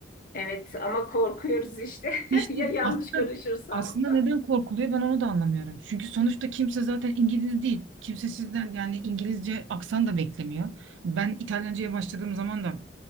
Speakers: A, on the left; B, on the right.
A: Evet ama korkuyoruz işte
B: İşte
A: <laughs> ya yanlış
B: aslında,
A: karışırsam.
B: aslında neden korkuluyor ben onu da anlamıyorum. Çünkü sonuçta kimse zaten İngiliz değil. Kimse sizden yani İngilizce aksan da beklemiyor. Ben İtalyanca'ya başladığım zaman da